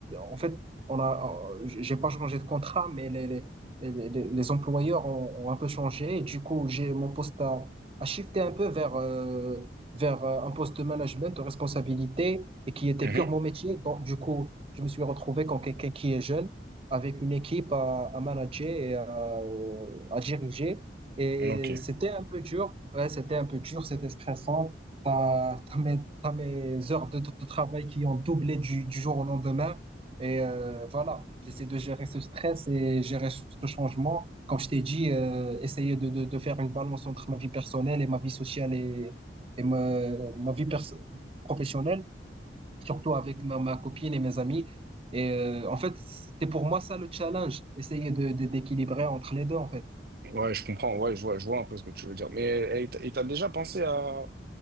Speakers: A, on the right (about 30°); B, on the right (about 55°).
A: en fait, on a, euh, j'ai pas changé de contrat, mais les, les, les, les- employeurs ont, ont un peu changé. Et du coup, j'ai mon poste à à shifté un peu vers, euh, vers euh, un poste de management, de responsabilité, et qui était
B: Mhm.
A: pure mon métier. Donc, du coup, je me suis retrouvé comme quelqu'un qui est jeune, avec une équipe à, à manager et à, euh, à diriger. Et
B: Ok.
A: c'était un peu dur. Ouais, c'était un peu dur, c'était stressant. T'as, t'as mes, t'as mes heures de, de travail qui ont doublé du, du jour au lendemain. Et euh, voilà, j'essaie de gérer ce stress et gérer ce ce changement. Comme je t'ai dit, euh, essayer de, de, de faire une balance entre ma vie personnelle et ma vie sociale et, et ma, ma vie perso- professionnelle, surtout avec ma, ma copine et mes amis. Et euh, en fait, c'était pour moi ça le challenge, essayer de, de- d'équilibrer entre les deux, en fait.
B: Ouais, je comprends. Ouais, je vois, je vois un peu ce que tu veux dire. Mais et t- et t'as déjà pensé à,